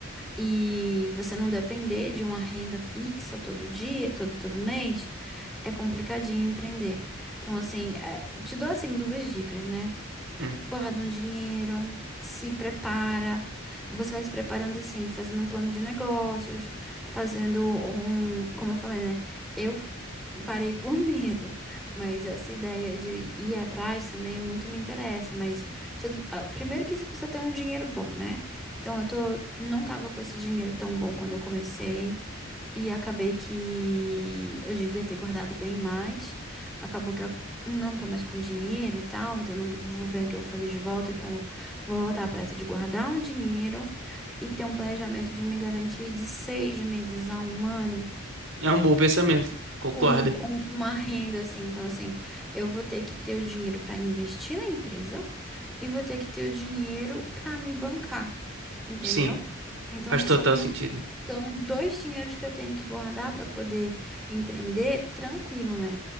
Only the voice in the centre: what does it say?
e você não depender de uma renda fixa todo dia, todo, todo mês, é complicadinho empreender. Então, assim, é, te dou assim duas dicas, né?
guarda um dinheiro, se prepara. Você vai se preparando assim, fazendo um plano de negócios, fazendo um, como eu falei, né? Eu f- parei por <laughs> medo, mas essa ideia de ir atrás também muito me interessa, mas precisa do- ah, primeiro que você precisa ter um dinheiro bom, né? Então eu tô, não tava com esse dinheiro tão bom quando eu comecei. E acabei que eu devia ter guardado bem mais. Acabou que eu não tô mais com dinheiro e tal, então não vou ver o que eu vou fazer de volta. Então vou voltar à pressa de guardar um dinheiro e ter um planejamento de me garantir de seis meses a um ano
com, com uma renda assim. Então, assim, eu vou ter que ter o dinheiro para investir na empresa e vou ter que ter o dinheiro para me bancar entendeu?
Então
são
são dois dinheiros que eu tenho que guardar para poder empreender tranquilo, né?